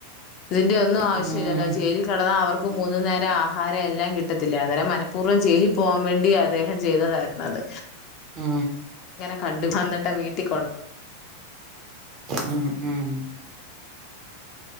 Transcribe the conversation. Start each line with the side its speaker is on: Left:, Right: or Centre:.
Left: ഇതിന്റെ ഒന്നും ആവശ്യ
Right: ഉം
Left: ഇില്ലല്ലോ ജയിലിൽ കടന്നാ....... മൂന്നു നേരം ആഹാരം എല്ലാം കിട്ടത്തില്ല അന്നേരം മനഃപൂർവ്വം ജയിലിൽ പോകാൻ വേണ്ടി അദ്ദേഹം ചെയ്തതായിര അത്.......
Right: ആ.....
Left: <unintelligible>
Right: ഉം ഉം.......